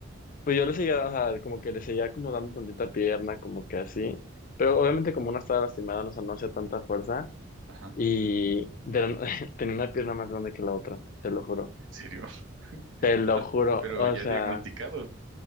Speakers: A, on the left (about 45°); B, on the right (about 75°).
A: pues yo le seguía, o sea, como que le seguía como dando tantita pierna, como que así. Pero obviamente como una estaba lastimada, no, o sea, no hacía tanta fuerza.
B: Ajá,
A: Y de la- <laughs> tenía una pierna más grande que la otra, te lo juro.
B: en serio. <laughs>
A: Te lo
B: O sea,
A: juro,
B: pero
A: o
B: ya
A: sea,
B: diagnosticado